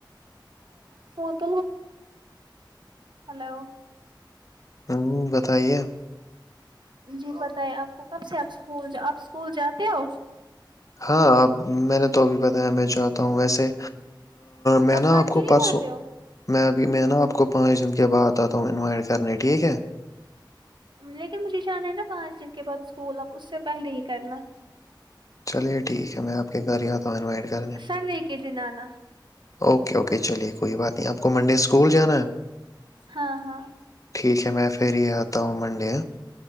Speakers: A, on the right; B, on the left.
A: فون ت ہلو
B: ہوں بتائیے
A: جی پت ہے آپ کو کب سے آپکول آپ اسکول جاتے ہو
B: ہاں آپ میں نے تو ابھی بتایا میں چاہتا ہوں ویسے میں نا
A: کنٹینیو
B: آپ کو پرسوں
A: جاتے ہو
B: میں ابھی میں نا آپ کو پانچ دن کے بعد آتا ہوں انوائٹ کرنے ٹھیک ہے
A: لیکن مجھے جانا ہے نا پانچ دن کے بعد اسکول ا اس سے پہلے ہی کرنا
B: چلیے ٹھیک ہے میں آپ کے گھر ہی آتا ہوں انوائٹ کرنے
A: سنڈے کے دن آنا
B: اوکے اوکے چلیے کوئی بات نہیں آپ کو منڈے اسکول جانا ہے
A: ہاں ہاں
B: ٹھیک ہے میں پھر ہی آتا ہوں منڈے